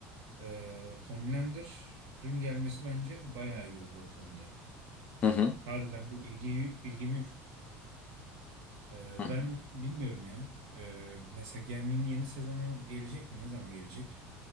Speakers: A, on the right; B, on the left.
A: Ee, Homelander'ın gelmesi bence bayağı iyi oldu o konuda.
B: Hı hı.
A: Harbiden bir ilgi ilgimi yük- Ee,
B: Hı.
A: ben bilmiyorum ya. Ee, mesela Gen V'nin yeni sezonu gelecek mi? Ne zaman gelecek?